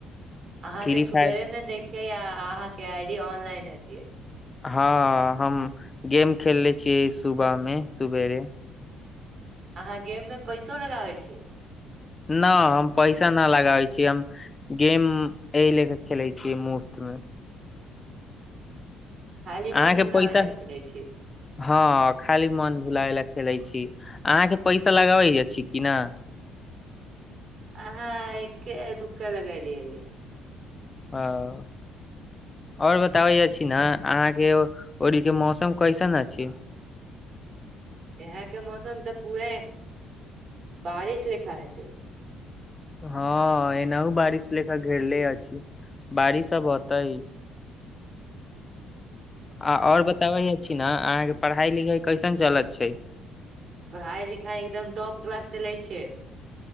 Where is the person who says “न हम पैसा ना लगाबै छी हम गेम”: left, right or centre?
Left